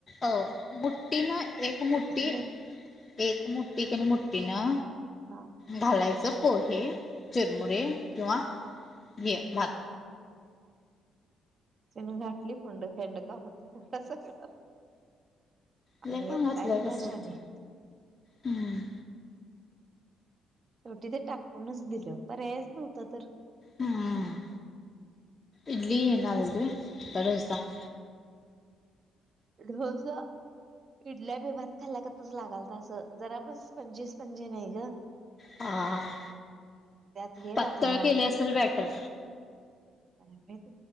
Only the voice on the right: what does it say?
नाही
हा
घाली फुंड फेंड का हो <unintelligible> णार
आणि
य
तही
नशाने
<unintelligible>
शेवटी ते टाकूनच दिलं पर पर्यायच नव्हता तर
ढोस इडल्या बी भात खाल्ला गतच लागालता असं जरा पण पंचवीस पंजी नाही ग.
त्यात हे
घातला
ह <inaudible> <unintelligible>